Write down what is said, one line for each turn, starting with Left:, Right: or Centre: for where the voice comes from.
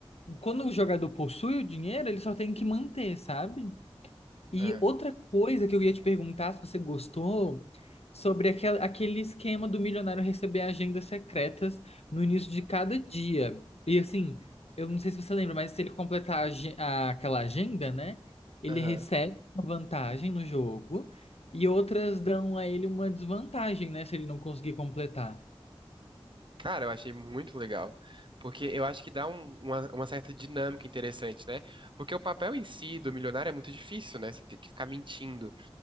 Left: quando o jogador possui o dinheiro, ele só tem que manter, sabe? E
Right: é,
Left: outra coisa que eu ia te perguntar, se você gostou, sobre aquel- aquele esquema do milionário receber agendas secretas no início de cada dia. E assim, eu não sei se você lembra, mas se ele completar a agen- a- aquela agenda, né? Ele
Right: aham.
Left: recebe uma vantagem no jogo e outras dão a ele uma desvantagem, né? Se ele não conseguir completar.
Right: Cara, eu achei muito legal. Porque eu acho que dá um- uma, uma certa dinâmica interessante, né? Porque o papel em si do milionário é muito difícil, né? Você tem que ficar mentindo.